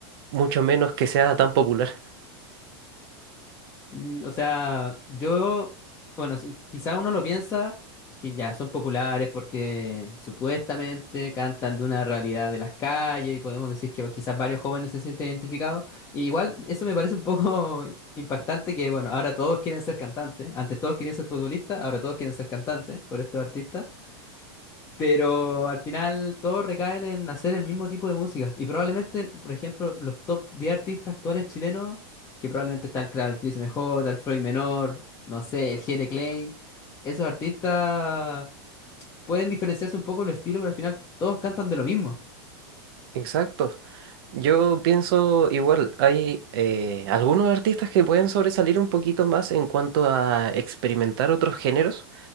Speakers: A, on the right; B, on the left.
A: mucho menos que sea tan popular.
B: Mm, O sea, yo, bueno, si- quizá uno lo piensa que ya son populares porque supuestamente cantan de una realidad de las calles y podemos decir que quizás varios jóvenes se sienten identificados. Y igual eso me parece un poco <laughs> impactante que, bueno, ahora todos quieren ser cantantes. Antes todos querían ser futbolistas, ahora todos quieren ser cantantes por estos artistas. Pero al final todos recaen en hacer el mismo tipo de música. Y probablemente, por ejemplo, los top 10 artistas actuales chilenos, que probablemente está el Krav, el Chris MJ, el Floyd Menor, no sé, el Jere Klein, esos artistas pueden diferenciarse un poco los estilos, pero al final todos cantan de lo mismo.
A: Exacto. Yo pienso igual, hay eh, algunos artistas que pueden sobresalir un poquito más en cuanto a experimentar otros géneros.